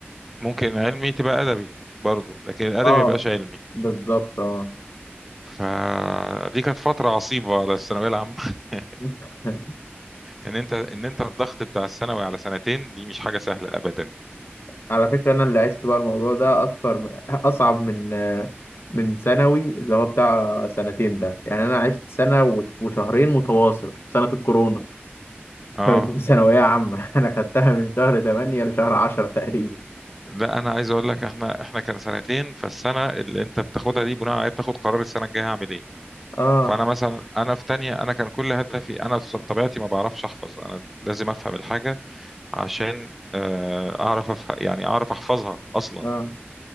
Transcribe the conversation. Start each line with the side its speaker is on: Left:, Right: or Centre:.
Centre: ممكن علمي تبقى أدبي برضو لكن الأدبي
Left: اه
Centre: ما يبقاش علمي
Left: بالظبط اه
Centre: فدي كانت فترة عصيبة على الثانوية العامة <laughs>
Left: <laughs>
Centre: ان انت ان انت الضغط بتاع الثانوي على سنتين دي مش حاجة سهلة أبدا
Left: على فكرة أنا اللي عشت بقى الموضوع ده أكتر أصعب من من ثانوي اللي هو بتاع سنتين ده يعني أنا عشت سنة و- وشهرين متواصل في سنة الكورونا <laughs>
Centre: اه
Left: في ثانوية عامة <laughs> أنا خدتها من شهر تمانية لشهر عشرة تقريبا
Centre: لا انا عايز اقول لك احنا احنا كان سنتين فالسنه اللي انت بتاخدها دي بناء عليها بتاخد قرار السنه الجايه هعمل ايه
Left: آه
Centre: فانا مثلا انا في تانية انا كان كل هدفي انا في طبيعتي ما بعرفش احفظ انا لازم افهم الحاجة عشان آه، اعرف أفه... يعني اعرف احفظها اصلا
Left: آه